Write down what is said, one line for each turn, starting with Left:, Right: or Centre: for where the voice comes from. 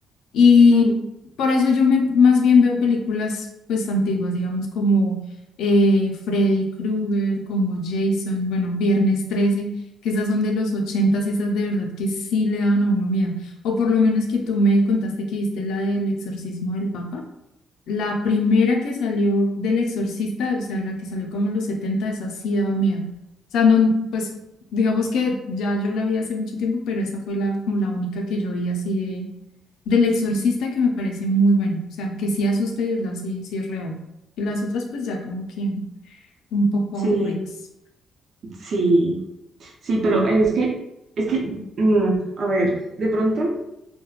Left: Y
Right: Mm,
Left: por eso yo me, más bien veo películas pues antiguas, digamos como eh, Freddy Krueger, como Jason, bueno, Viernes 13, que esas son de los ochentas y esas de verdad que sí le daban a uno miedo. O por lo menos que tú me contaste que viste la del exorcismo del Papa. La primera que salió del exorcista, o sea, la que salió como en los 70 esa sí daba miedo. O sea, no, pues digamos que ya yo la vi hace mucho tiempo, pero esa fue la, como la única que yo vi así del Exorcista que me parece muy bueno, o sea, que sí asusta y de verdad, sí, sí es real. Y las otras pues ya como que un poco
Right: sí,
Left: aburridas.
Right: sí, sí, pero
Left: Me encanta.
Right: es que, es que, mm, a ver, de pronto